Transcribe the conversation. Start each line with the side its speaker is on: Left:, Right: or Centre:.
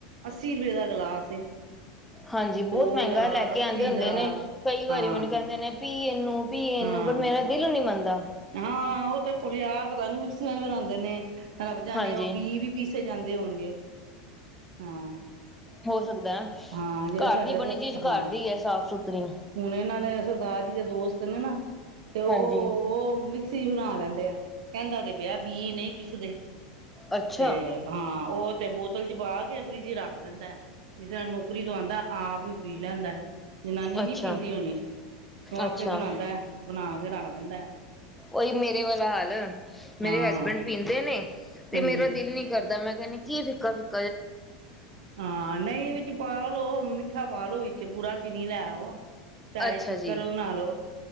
Right: ਅੱਸੀ ਰੁਪਏ ਦਾ ਗਲਾਸ ਏ।
Centre: ਹਾਂਜੀ, ਬੋਤ
Right: ਸੌ
Centre: ਮੈਂਗਾ
Right: ਦਾ
Centre: ਲੈ ਕੇ
Right: ਅੱਸੀ
Centre: ਆਂਦੇ ਹੁੰਦੇ
Right: ਦਾ
Centre: ਨੇ ਕਈ ਵਾਰੀ
Right: ਹਾਂ
Centre: ਮੈਨੂੰ ਕੈਂਦੇ ਨੇ ਪੀ ਏਨੂੰ, ਪੀ ਏਨੂੰ
Right: ਹਾਂ
Centre: ਪਰ ਮੇਰਾ ਦਿਲ ਨੀ ਮੰਨਦਾ।
Right: ਹਾਂ ਉਹ ਤੇ <unintelligible> ਮਿਕਸੀਆਂ ਚ ਬਣਾਂਦੇ ਨੇ। ਰੱਬ ਜਾਂਨੇ
Centre: ਹਾਂਜੀ
Right: ਉ ਬੀ ਵੀ ਪੀਸੇ ਜਾਂਦੇ ਹੋਣਗੇ ਹਾਂ।
Centre: ਹੋ ਸਕਦਾ ਏ
Right: ਹਾਂ ਜਿਹੜੇ
Centre: ਘਰ
Right: ਸਾਡੇ
Centre: ਦੀ ਬਣੀ ਚੀਜ਼
Right: ਹਾਂ
Centre: ਘਰ ਦੀ ਐ ਸਾਫ਼ ਸੁਥਰੀ
Right: ਹੁਣ ਇਹਨਾਂ ਦੇ ਸਰਦਾਰ ਜੀ ਦੇ ਦੋਸਤ ਨੇ ਨਾ ਤੇ ਉਹ
Centre: ਹਾਂਜੀ
Right: ਉਹ ਮਿਕਸੀ ਬਣਾ ਲੈਂਦੇ ਆ ਕੇਂਦਾ ਤੇ ਪਿਆ ਬੀ ਨਈ ਪਿਸਦੇ
Centre: ਅੱਛਾ
Right: ਤੇ ਹਾਂ ਉ ਤੇ ਬੋਤਲ 'ਚ ਪਾ ਕੇ ਫਰਿੱਜ ਰੱਖ ਦਿੰਦਾ ਏ, ਜਿਸ ਤਰ੍ਹਾਂ ਨੌਕਰੀ ਤੋਂ ਆਂਦਾ ਆਪ ਵੀ ਪੀ ਲੈਂਦਾ। ਜਨਾਨੀ
Centre: ਅੱਛਾ
Right: ਨੀ ਪੀਂਦੀ ਹੋਣੀ ਤੂੰ ਆਪੇ
Centre: ਅੱਛਾ
Right: ਬਣਾਂਦਾ ਐਂ, ਬਣਾ ਕੇ ਰੱਖ ਦਿੰਦਾ ਐ
Centre: ਉਈ ਮੇਰੇ ਵਾਲਾ ਹਾਲ ਮੇਰੇ
Right: ਹਾਂ
Centre: ਹਸਬੈਂਡ ਪੀਂਦੇ ਨੇ ਤੇ
Right: ਹਾਂਜੀ
Centre: ਮੇਰਾ ਦਿਲ ਨੀ ਕਰਦਾ ਮੈਂ ਕਹਿੰ ਕੀ ਫਿੱਕ- ਫਿਕ
Right: ਹਾਂ, ਨਈ ਵਿੱਚ ਪਾ ਲੋ ਮਿੱ ਮਿੱਠਾ ਪਾ ਲੋ ਵਿੱਚ ਬੁਰਾ ਚੀਨੀ ਲੈ ਆਓ ਚਾਹੇ
Centre: ਅੱਛਾ
Right: ਸ਼ੱਕਰ
Centre: ਜੀ
Right: ਬਣਾ ਲੋ